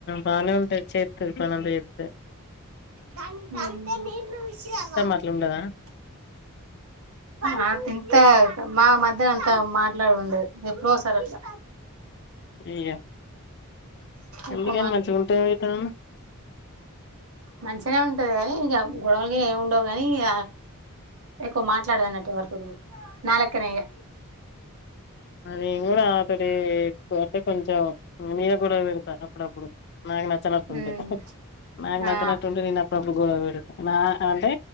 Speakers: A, on the left; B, on the right.
A: బానే ఉంటది చేత్తాది పనంతా చేత్తాది
B: ఊ
A: అట్లా ఉండదా
B: నాకింకా మా మధ్య అంత మాట్లాడె ఉండదు ఎప్పుడోసారి అట్లా
A: ఇగ
B: ఎక్కువ
A: ఎందుకైన మంచిగుంటే ఏమైతాదమ్మ
B: మంచినే ఉంటది గని ఇగ గొడవలుగని ఏమి ఉండవు గాని ఇంగ ఎక్కువ మాట్లాడదం అన్నట్టు ఎవరి తోడు గూడా నాలెక్కనే ఇగ
A: ఆ నేను గూడా ఆమ తోటి అంటే కొంచెం నేనె గొడవ పెడతా అప్పుడప్పుడు నాకు నచ్చినట్టుంటే
B: ఉమ్
A: నాకు నచ్చినట్టుంటే
B: ఆ
A: నేను అప్పుడప్పుడు గొడవ పెడుత నా అంటే